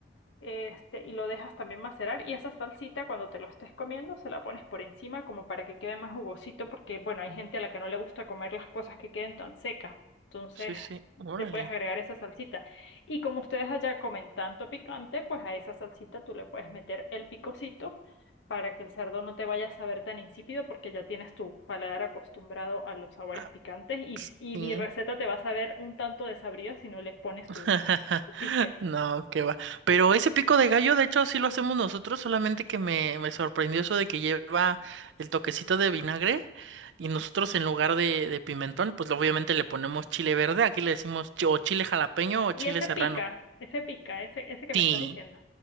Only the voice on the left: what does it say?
este, y lo dejas también macerar. Y esa salsita, cuando te lo estés comiendo, se la pones por encima como para que quede más jugosito, porque bueno, hay gente a la que no le gusta comer las cosas que queden tan secas. Entonces,
le puedes agregar esa salsita. Y como ustedes allá comen tanto picante, pues a esa salsita tú le puedes meter el picocito para que el cerdo no te vaya a saber tan insípido, porque ya tienes tu paladar acostumbrado a los sabores
picantes. Y, y
mi receta te va a saber un tanto desabrida si no le pones
tu, tu pique.
Y
ese
pica, ese pica, ese, ese que me
estás diciendo.